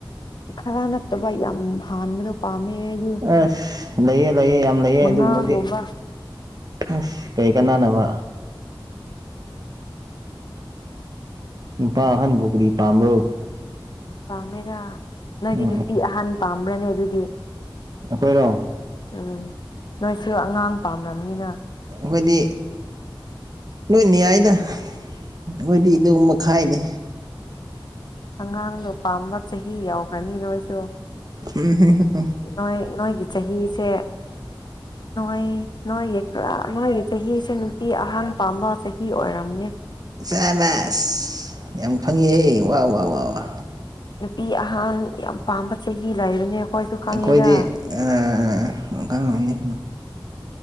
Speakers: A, on the left; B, on the right.
A: ꯈꯔ ꯅꯠꯇꯕ ꯌꯥꯝ ꯍꯥꯟꯕꯗꯣ ꯄꯥꯝꯃꯦ ꯑꯩꯗꯤ
B: ꯑꯁ ꯂꯩꯌꯦ ꯂꯩꯌꯦ ꯌꯥꯝ ꯂꯩꯌꯦ
A: ꯃꯉꯥꯒꯨꯝꯕ
B: ꯑꯗꯨꯒꯨꯝꯕꯗꯤ ꯍꯁ ꯀꯩ ꯀꯅꯥꯅꯕ ꯅꯨꯄꯥ ꯑꯍꯟ ꯕꯨ ꯀꯔꯤ ꯄꯥꯝꯕ꯭ꯔꯣ
A: ꯄꯥꯝꯃꯦꯅ ꯅꯣꯏꯗꯤ
B: ꯎꯝ
A: ꯅꯨꯄꯤ ꯑꯍꯥꯟ ꯄꯥꯝꯕ꯭ꯔꯅꯦ ꯑꯗꯨꯗꯤ
B: ꯑꯩꯈꯣꯏꯔꯣ
A: ꯎꯝ ꯅꯣꯏꯁꯨ ꯑꯉꯥꯡ ꯄꯥꯝꯔꯝꯅꯤꯅ
B: ꯑꯩꯈꯣꯏꯗꯤ ꯂꯣꯏꯅ ꯌꯥꯏꯗ ꯑꯩꯈꯣꯏꯗꯤ ꯑꯗꯨꯒꯨꯝꯕ ꯈꯥꯏꯗꯦ
A: ꯑꯉꯥꯡꯗꯣ ꯄꯥꯝꯕ ꯆꯍꯤ ꯌꯥꯎꯈ꯭ꯔꯅꯤ ꯅꯣꯏꯗꯣ
B: ꯎꯝ ꯍꯨꯝ ꯍꯨꯝ
A: ꯅꯣꯏ ꯅꯣꯏꯒꯤ ꯆꯍꯤꯁꯦ ꯅꯣꯏ ꯅꯣꯏ ꯌꯦ ꯈꯔ ꯅꯣꯏꯒꯤ ꯆꯍꯤꯁꯦ ꯅꯨꯄꯤ ꯑꯍꯟ ꯄꯥꯝꯕ ꯆꯍꯤ ꯑꯣꯏꯔꯝꯅꯤ
B: ꯁꯦꯕꯁ ꯌꯥꯝ ꯈꯪꯉꯤꯍꯦ ꯋꯥ ꯋꯥ ꯋꯥ ꯋꯥ
A: ꯅꯨꯄꯤ ꯑꯍꯥꯟ ꯌꯥꯝ ꯄꯥꯝꯕ ꯆꯍꯤ ꯂꯩꯕꯅꯦ ꯑꯩꯈꯣꯏꯁꯨ ꯈꯪꯉꯦꯗ
B: ꯑꯩꯈꯣꯏꯗꯤ ꯑꯥ ꯀꯩꯅꯣꯅꯤ